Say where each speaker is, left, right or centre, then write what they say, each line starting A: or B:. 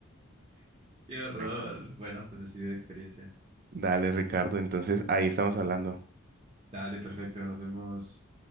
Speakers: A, on the right; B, on the right.
A: <laughs> Qué horror.
B: Bueno.
A: Bueno, pues decidí de experiencia.
B: Dale, Ricardo. Entonces ahí estamos hablando.
A: Dale, perfecto, nos vemos.